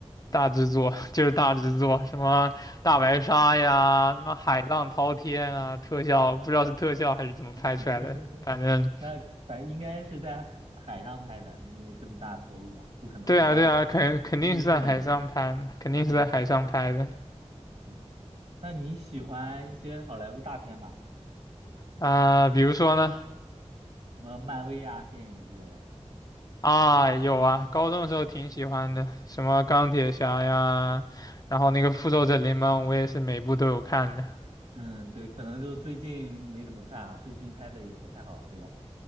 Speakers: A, on the left; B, on the right.
A: 大制作 <laughs> 就是大制作，什么大白鲨呀，什么海浪滔天啊，特效不知道是特效还是怎么拍出来的，
B: <laughs>
A: 反正
B: 那反正应该是在海海上拍的，因为这么大投入嘛，不可能是在
A: 对啊对啊，肯肯定是在海上拍的，
B: 绿幕里面。
A: 肯定是在海上拍的。
B: 嗯，对。那你喜欢一些好莱坞大片吗？
A: 啊、比如说呢？
B: 什么漫威啊，电影之类的？
A: 啊，有啊，高中的时候挺喜欢的，什么钢铁侠呀，然后那个复仇者联盟，我也是每部都有看的。
B: 嗯，对，可能就最近没怎么看啊，最近拍的也不太好，对吧？